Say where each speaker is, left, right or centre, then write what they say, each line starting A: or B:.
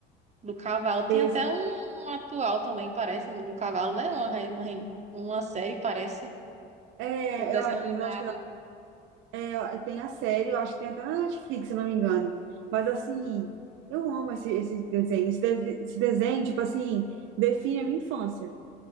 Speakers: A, on the right; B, on the right.
A: Do cavalo. Tem
B: Isso.
A: até um atual também, parece, do cavalo, né? Uma, re- uma, re- uma série, parece,
B: É,
A: com um desenho
B: eu,
A: animado.
B: mas eu acho que É, tem a série, eu acho que tem até na Netflix, se eu não me engano. Mas assim, eu amo esse, esse desenho. Esse, deve- esse desenho, tipo assim, define a minha infância.